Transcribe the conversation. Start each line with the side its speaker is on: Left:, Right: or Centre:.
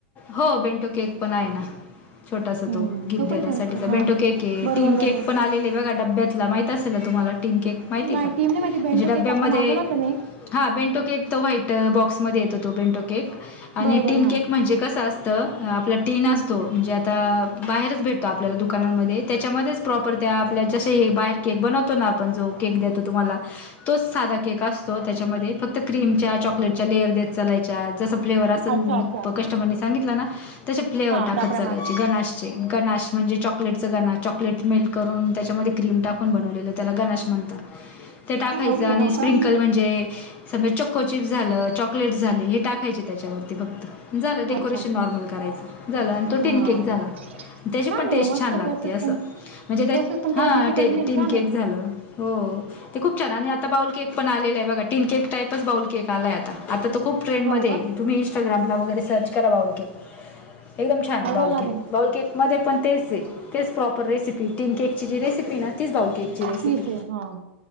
Left: हो बेंटो केक पण आहे ना. छोटासा
Right: हम्म
Left: तो गिफ्ट देण्यासाठी
Right: पण छान असतो
Left: तर बेंटो
Right: हा
Left: के ये.
Right: बरोबर
Left: टिन केक
Right: बरोबर
Left: पण आलेले आहे बघा डब्यातला माहित असेल ना, तुम्हाला टीन केक माहिती आहे
Right: नाही
Left: का? म्हणजे
Right: टीम नाही माहिती बेंटो
Left: डब्यामध्ये
Right: केक आता मागवला होता मी एक
Left: हा बेंटो केक तो व्हाईट बॉक्समध्ये येतो तो बेंटो केक. आणि
Right: बरोबर
Left: टीन
Right: हा
Left: केक म्हणजे कस असतं? आपला टीन असतो
Right: हम्म
Left: म्हणजे आता बाहेरच भेटतो आप आपल्याला दुकानांमध्ये त्याच्यामध्येच प्रॉपर त्या आपल्या जसे बाहेर केक बनवतो ना आपण जो केक देतो, तुम्हाला तोच केक असतो, त्याच्यामध्ये फक्त क्रीमच्या चॉकलेटच्या लेअर देत चालायच्या जसं, फ्लेवर असलं
Right: अच्छा अच्छा
Left: कस्टमरनी सांगितलं ना तसे फ्लेवर
Right: हा
Left: टाकत
Right: त्याप्रमाणे
Left: चलायचे, गणाश चे गणाश म्हणजे चॉकलेट च गणाश चॉकलेट मेल्ट करून त्या त्याच्यामध्ये क्रीम टाकून बनवलेल, त्याला गनाश म्हणतात, ते टाकायचे
Right: ओके
Left: आणि
Right: हो
Left: स्प्रिंकर
Right: का
Left: म्हणजे चिक्कू चिप्स झालं चॉकलेट झाले हे टाकायचे त्याच्यावरती फक्त. झालं डेकोरेशन
Right: अच्छा अच्छा
Left: नॉर्मल करायचं झालं, आणि तो
Right: हां,
Left: टिन केक झाला त्याची
Right: छान
Left: पण
Right: आहे
Left: टेस्ट
Right: मग मस्त
Left: छान! लागते.
Right: प्रोसेस
Left: असं.
Right: पण
Left: म्हणजे, तेच
Right: प्रोसेस पण
Left: हा
Right: काही डिफिकल्ट नाही
Left: टीन
Right: छान
Left: केक
Right: आहे.
Left: झालं हो ते खूप छान! आणि आता बाऊल केक पण आले आहे बघ टिनक टाईपच बाउल केक आलाय, आता आता खूप ट्रेंडमध्ये
Right: हो का?
Left: आहे तुम्ही इस्टाग्रामला वगैरे सर्च करा बाऊल केक एकदम छान
Right: बघावं
Left: बाऊल
Right: लागेल.
Left: केक बाऊल केक मध्ये पण तेच आहे तेच प्रॉपर रेसिपी टिन केकची जी रेसिपी ती ना तिच बाऊल केकची रेसिपी.
Right: फीच आहे हां.